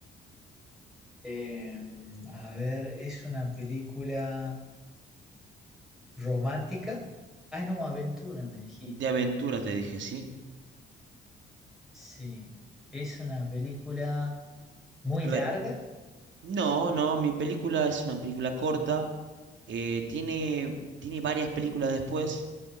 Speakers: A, in the centre; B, on the right.
A: eh, a ver, es una película romántica. Ah, no, aventura, me dijiste.
B: De aventura te dije, ¿sí?
A: Sí, es una película muy
B: A
A: larga.
B: ver, no, no, mi película es una película corta, eh, tiene, tiene varias películas después.